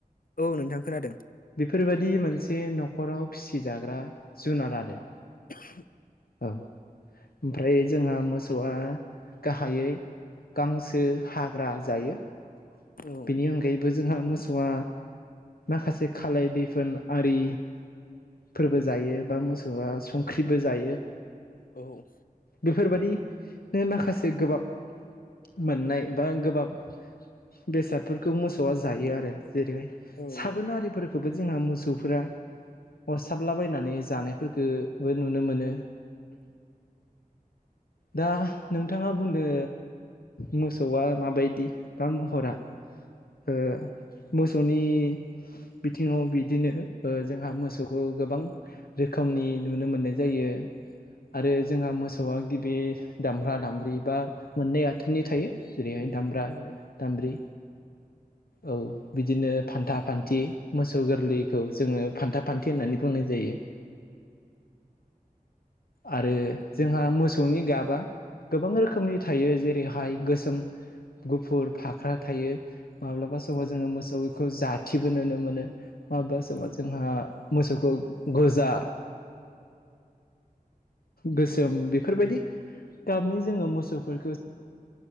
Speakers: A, on the left (about 70°); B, on the left (about 80°).
A: औ नोंथां खोनादों
B: बेफोरबायदि मोनसे न'खराव फिसिजाग्रा जुनार आरो
A: <inaudible>
B: औ ओमफ्राय जोंहा मोसौआ गाहायै गांसो हाग्रा जायो
A: औ
B: बेनि अनगायैबो जोंहा मोसौआ माखासे खालाय दैफोन आरि फोरबो जायो बा मोसौआ संख्रिबो जायो
A: औ
B: बेफोरबादि नो माखासे गोबाब मोननाय बा गोबाब बेसादफोरखौ मोसौआ जायो आरो जेरैहाय
A: औ
B: साबोनारिफोरखौबो जोंहा मोसौ फोरा अरसाबलाबायनानै जानायफोरखो बो नुनो मोनो दा नोंथाङा बुंदो मोसौआ माबायदि बा महरा ओ मोसौनि बिथिङाव बिदिनो जोंहा मोसौखौ गोबां रोखोमनि नुनो मोननाय जायो आरो जोंहा मोसौआ गिबि दामब्रा दामब्रि बा मोननै आथोननि थायो जेरैहाय दामब्रा
A: औ
B: दामब्रि औ बिदिनो फान्था फान्थि मोसौ गोरलैखौ जोङो फान्था फान्थि होननानै बुंनाय जायो आरो जोंहा मोसौनि गाबा गोबां रोखोमनि थायो जेरैहाय गोसोम गुफुर फाख्रा थायो माब्लाबा समाव
A: औ
B: जोङो मोसौखौ जाथिबो नुनो मोनो माब्लाबा समाव
A: औ
B: जोंहा मोसौखौ गोजा गोसोम बेफोरबायदि गाबनि जोङो मोसौफोरखौ